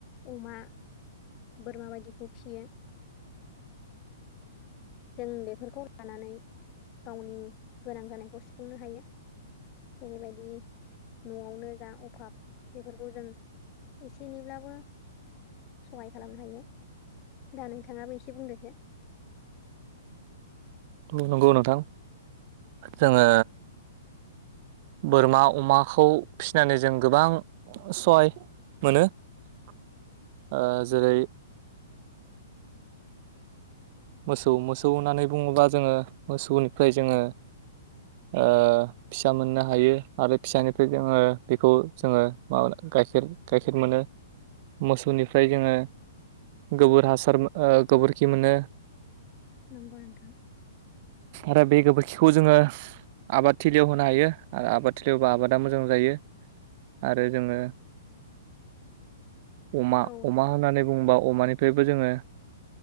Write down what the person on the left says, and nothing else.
अमा बोरमा बायदिखौ फियो। जों बेफोरखौ लानानै गावनि गोनां जानायखौ सुफुंनो हायो। जेरैबायदि न'आवनो जा अभाब बेफोरखौ जों एसे एनैब्लाबो सहाय खालामनो हायो दा नोंथाङाबो एसे बुंदोसो।
नंगौ नोंथां।
औ